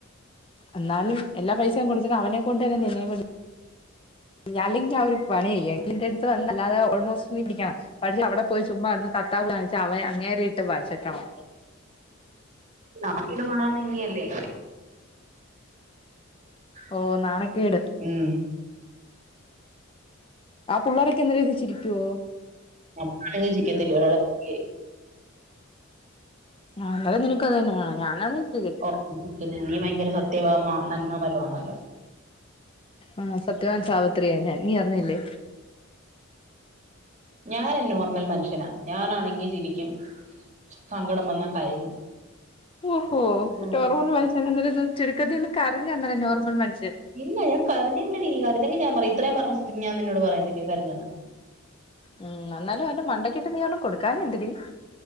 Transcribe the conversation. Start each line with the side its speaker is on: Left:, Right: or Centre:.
Left: എന്നാലും എല്ലാ പൈസയും കൊടുത്തിട്ട് അവനെ കൊണ്ടന്നെ നിന്നെയും അല്ലെങ്കി അവര് പറയും ഏട്ടന്റെറടുത്ത് വന്നല്ലാതെ ഓൾമോസ്റ്റ് നീ പഠിക്കണ പഠിച്ചു അവിടെ പോയി ചുമ്മാ അവിടുന്ന് തത്താവ് കാണിച്ചു അവൻ അങ്ങേരെയിട്ട് വച്ചിട്ടാണ്
Right: നാക്കീടെ മണന്ന് ന്തിയല്ലേ
Left: ഓ
Right: മൂന്നാമത്തേണ്
Left: നാണക്കേട്
Right: ഉം
Left: ആ പുള്ളാരൊക്കെ എന്ത് രീതിച്ചിരിക്കുവോ
Right: നമ്മളാണെങ്കിൽ ചിക്കത്തില്ല ഒരാളെ പറ്റി.
Left: ആ എന്നാലെ നിനക്കത് തന്നെ വേണം ഞാനത് ത്തു കിട്
Right: ഓ നീ ഭയങ്കര സത്യവാമ നന്മമരമാണല്ലോ
Left: ആ സത്യവാൻ സാവിത്രിയ ഞാൻ നീ അറിഞ്ഞില്ലേ
Right: ഞാന നോർമൽ മനുഷ്യനാ ഞാനാണെങ്കി ചിരിക്കും സങ്കടം വന്നാ കരയും
Left: ഓഹോ
Right: ഉം.
Left: നോർമൽ മനുഷ്യനന്നേരം ചുരുക്കത്തിന്ന് കരഞ്ഞു തന്നേരം നോർമൽ മനുഷ്യൻ
Right: ഇല്ല ഞൻ കഞ്ഞില്ലടീ കരഞ്ഞെങ്കി ഞാ പറയും ഇത്രേം പറഞ്ഞ സ്ഥിതിക്ക് ഞാൻ നിന്നോട് പറയത്തില്ലേ കരഞ്ഞെന്ന്
Left: ഉം എന്നാലും അവന്റെ മണ്ടക്കിട്ട് നീ ഒരെണം കൊടുക്കാഞ്ഞെന്തടി